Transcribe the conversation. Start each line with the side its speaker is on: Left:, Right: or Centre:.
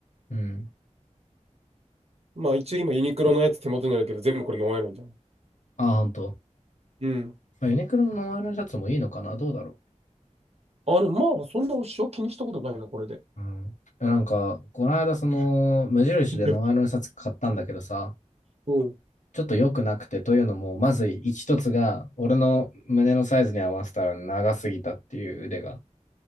Left: うん。
Right: まあ、一応今、ユニクロのやつ手元にあるけど、全部これノンアイロンじゃん。
Left: ああ、本当。
Right: うん。
Left: まあユニクロのノンアイロンシャツもいいのかな、どうだろ
Right: あの、まあ、そんなしは気にしたことないな、これで。
Left: う。うん。いやなんか、この間、その、無印でノンアイロンシャツ買ったんだけどさ、
Right: いやうん。
Left: ちょっと良くなくて、というのも、まず一つが、俺の胸のサイズに合わせたら長すぎたっていう腕が。